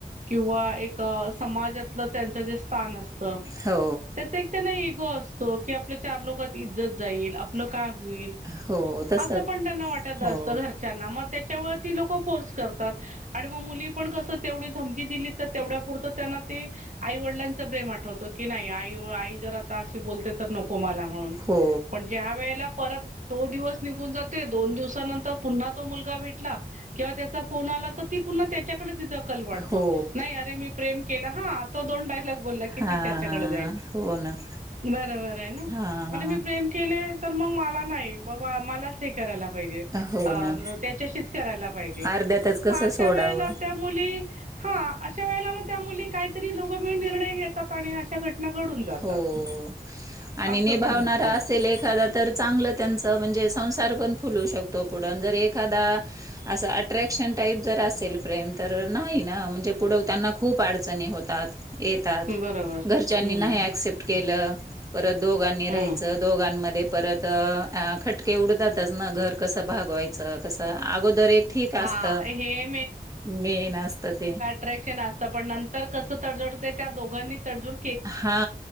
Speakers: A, on the right; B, on the right.
A: किंवा एक समाजातलं त्यांच जे स्थान असत
B: हो
A: त्याच त्यांना इगो असतो की आपल्या चार लोकात इज्जत जाईल. काय होईल
B: हो तसच
A: अस पण त्यांना वाटत असत
B: हो
A: घरच्याना म त्याच्यामुळे ती लोक फोर्स करतात. आणि मग मुली पण कसं तेवढी धमकी दिली तर तेवढ्या पुुरतं त्यांना ते आई वडिलांचं प्रेम आठवत की नाही आई आई जर आता बोलते तर नको मला म्हणून
B: हो
A: पण ज्या वेळेला परत तो दिवस निघून जाते दोन दिवसानंतर पुन्हा तो मुलगा भेटला किंवा त्याचा फोन आला तर ती पुन्हा त्याच्याकडे तिचा कल वाढतो
B: हो
A: नाही अरे मी प्रेम केलं हा. दोन डायलॉग बोला की
B: हां
A: त त्याच्याकडे जाईल
B: हो ना
A: बरोबर आहे ना
B: हां
A: म्हणजे मी प्रेम केले तर मग मला नाही बाबा मलाच हे करायला पाहिजे.
B: हो ना
A: त्याच्याशीच कराला पाहिजे
B: अर्ध्यातच कसं
A: मग अशा
B: सोडावं
A: वेळेला त्या ह अशा वेळेला मग त्या मुली काहीतरी दोघ मिळुन निर्णय घेतात आणि घटना घडून जातात
B: हो आणि
A: असं
B: निभावणारा
A: पण होत
B: असेल एखादा तर चांगलं त्यांच म्हणजे संसार पण फुलू शकतो पुढ जर एखादा असं अट्रॅक्शन टाईप जर असेल प्रेम तर नाही ना म्हणजे पुढं त्यांना खूप अडचणी होतात. येतात
A: बरोबर
B: घरच्यांनी
A: हम्म
B: नाही शिप्ट केलं परत दोघांनी
A: हम्म
B: राहायच दोघांमध्ये परत अ आ खट एवढ जातच ना घर कसं भागवायच चं कस अगोदर एक ठीक
A: हा
B: असत
A: हे
B: मेन असत ते
A: अ्रॅक्शन असत पण नंतर कसं तडजडते त्या दोघांनी तडजुड
B: हा